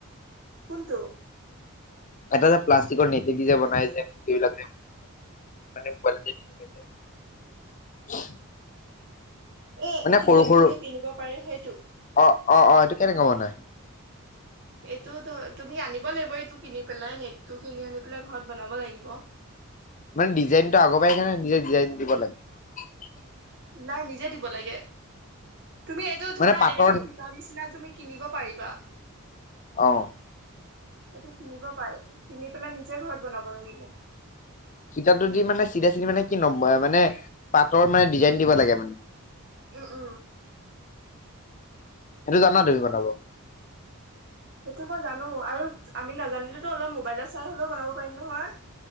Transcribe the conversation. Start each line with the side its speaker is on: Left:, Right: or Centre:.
Right: কোনটো?
Left: এটা এটা প্লাষ্টিকৰ নেটে দি যে বনাই যে এইবিলাক যে মানে <unintelligible>
Right: এ
Left: মানে
Right: কি
Left: সৰু
Right: নেটটো
Left: সৰু
Right: যে কিনিব পাৰে সেইটো।
Left: অ' অ' অ' এইটো কেনেকুৱা বনাই? <inaudible>
Right: এইটো তুমি আনিব লাগিব এইটো কিনি পেলাই নেটটো কিনি আনি পেলাই ঘৰত বনাব লাগিব।
Left: মানে ডিজাইনটো আগৰ পৰাই থাকেনে নিজে ডিজাইন দিব লাগে?
Right: নাই নিজে দিব লাগে। তুমি এইটো ধৰা
Left: মানে পাটৰ
Right: এনেকা ফটাৰ নিচিনা তুমি কিনিব পাৰিবা।
Left: আহ।
Right: সেইটো কিনিব পাৰে। কিনি পেলাই নিজে ঘৰত বনাব লাগিব।
Left: ফিটাতো দি মানে চিধা চিধি মানে কি ন মানে পাতৰ মানে ডিজাইন দিব লাগে মানে?
Right: উম, উম।
Left: সেইটো জানা তুমি বনাব?
Right: সেইটো মই জানো আৰু আমি নাজানিলেতো অলপ মোবাইলত চাই হলেও বনাব পাৰিম নহয়।